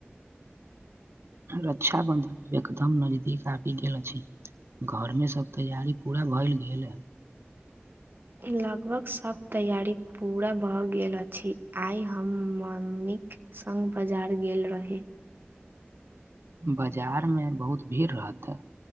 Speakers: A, on the right; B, on the right.
A: रक्षा बन्धन एकदम नजदीक आबी गेल अछि। घरमे सब तैयारी पूरा भएल गेल ए।
B: लगभग सब तैयारी पूरा भ गेल अछि। आइ हम मम्मीक संग बाजार गेल रही।
A: बजार मे बहुत भीड़ रहतेऽ।